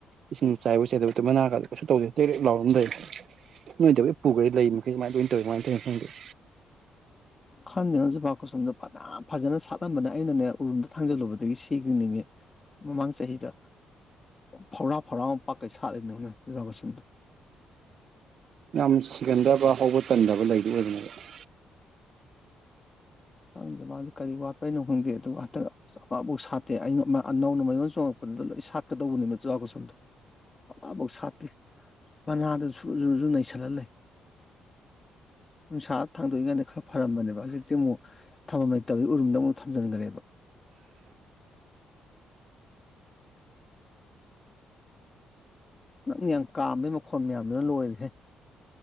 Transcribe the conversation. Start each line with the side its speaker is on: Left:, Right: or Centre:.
Right: ꯏꯁꯤꯡꯁꯨ ꯆꯥꯏꯕ ꯆꯦꯗꯕꯗ ꯃꯅꯥꯒꯗ ꯀꯩꯁꯨ ꯇꯧꯗꯦ ꯇꯦꯛꯇꯦꯛ ꯂꯥꯎꯔ ꯑꯗꯨꯝ ꯂꯩꯔꯦ ꯅꯣꯏꯗ ꯂꯣꯢ ꯄꯨꯒ꯭ꯔꯦ ꯂꯩ <unintelligible> ꯀꯔꯃꯥꯏ ꯇꯣꯢꯅꯣ ꯈꯪꯗꯀ
Left: ꯈꯪꯗꯦꯉꯣ ꯖꯨꯕꯥ ꯀꯨꯁꯨꯝꯗꯣ ꯐꯅ ꯐꯖꯅ ꯁꯥꯠꯂꯝꯕꯅꯦ ꯑꯩꯅꯅꯦ ꯎꯔꯨꯝꯗ ꯊꯥꯡꯖꯜꯂꯨꯕꯗꯒꯤ ꯁꯤꯈ꯭ꯔꯤ ꯅꯦꯃꯤ ꯃꯃꯥꯡ ꯆꯍꯤꯗ ꯐꯧꯔꯥ ꯐꯧꯔꯥ ꯃꯨꯛ ꯄꯥꯛꯀꯩ ꯁꯥꯠꯂꯤꯅꯤꯅꯦ ꯖꯨꯕꯥ ꯀꯁꯨꯝꯗꯣ
Right: ꯌꯥꯝ ꯁꯤꯒꯟꯗꯕ ꯍꯧꯕ ꯇꯟꯗꯕ ꯂꯩꯗꯤ ꯑꯣꯏꯕꯅꯦꯕ <inaudible>
Left: ꯈꯪꯗꯦ ꯃꯥꯁꯤ ꯀꯔꯤ ꯋꯥꯠꯄꯩꯅꯣ ꯈꯪꯗꯦ ꯑꯗꯨꯕꯨ ꯍꯟꯇꯛ ꯑꯃꯥꯐꯧ ꯁꯥꯠꯇꯦ ꯑꯅꯧ ꯑꯅꯧꯅ ꯃꯌꯣꯟ ꯆꯣꯡꯉꯛꯄꯗꯨꯗ ꯂꯣꯏ ꯁꯥꯠꯀꯗꯧꯕꯅꯦꯕ ꯖꯨꯕꯀꯨꯁꯨꯝꯗꯣ ꯑꯃꯐꯧ ꯁꯥꯠꯇꯦ ꯃꯅꯥꯗ ꯁꯨꯔꯨ ꯁꯨꯔꯨꯁꯨ ꯅꯩꯁꯜꯂ ꯂꯩ ꯅꯨꯡꯁꯥ ꯊꯥꯡꯗꯣꯛꯏꯉꯩꯗ ꯈꯔ ꯐꯔꯝꯕꯅꯦꯕ ꯍꯧꯖꯤꯛꯇꯤ ꯑꯃꯨꯛ ꯊꯝꯐꯝ ꯂꯩꯇꯕꯒꯤ ꯎꯔꯨꯝꯗ ꯑꯃꯨꯛ ꯊꯝꯖꯟꯒ꯭ꯔꯦꯕ ꯅꯪꯅ ꯌꯥꯝ ꯀꯥꯝꯕꯩ ꯃꯈꯣꯟ ꯃꯌꯥꯝꯗꯨꯅ ꯂꯣꯏꯔꯦꯍꯦ